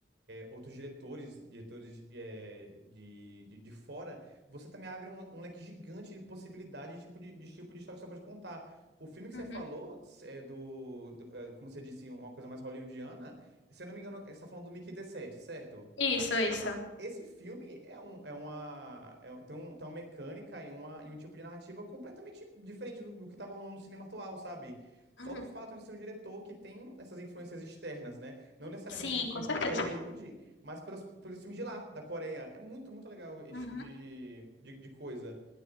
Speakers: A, on the right; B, on the left.
A: outros diretores, diretores é, de, de, de fora, você também abre um, um leque gigante de possibilidade de tipo de, de tipo de história que você pode contar. O filme que
B: Uhum.
A: você falou, se- é do, do, é, como você disse, uma coisa mais hollywoodiana, se eu não me engano, você está falando do Mickey 17, certo?
B: Isso, isso.
A: Esse filme é um, é uma, é um- tem, um, tem uma mecânica e, uma, e um tipo de narrativa completamente diferente do, do que estava rolando no cinema atual, sabe? Só
B: Uhum.
A: do fato de ser um diretor que tem essas influências externas, né? Não necessariamente
B: Sim,
A: ele é influenciado
B: com certeza.
A: por Hollywood, mas pelas, pelos filmes de lá, da Coreia. É muito, muito legal esse
B: Uhum.
A: tipo de, de, de coisa.